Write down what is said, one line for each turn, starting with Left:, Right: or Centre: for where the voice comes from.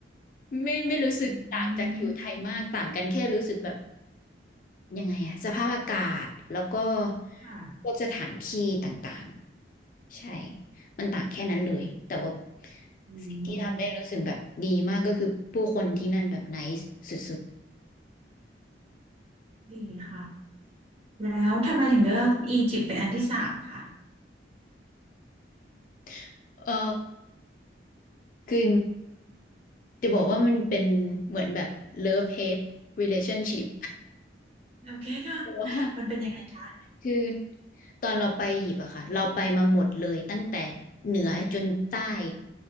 Left: ไม่ไม่รู้สึกต่างจากอยู่ไทยมากต่างกันแค่รู้สึกแบบ
Right: อืม
Left: ยังไงอะสภาพอากาศแล้วก็
Right: ค่ะ
Left: พวกสถานที่ต่างๆใช่มันต่างแค่นั้นเลยแต่ว่า
Right: อื
Left: สิ่งที่ทำได้รู้สึกแบบดีมากก็คือผู้คนที่นั่นแบบไนซ์สุด
Right: มดีค่ะแล้วทำไมถึงเลือกอียิปต์เป็นอันที่สามคะ
Left: ๆ <coughs> เออคือจะบอกว่ามันเป็นเหมือนแบบ love hate relationship
Right: โอเคค่ะ
Left: เพราะว่า
Right: มันเป็นยังไงคะ
Left: คือตอนเราไปหยิบอะค่ะเราไปมาหมดเลยตั้งแต่เหนือจนใต้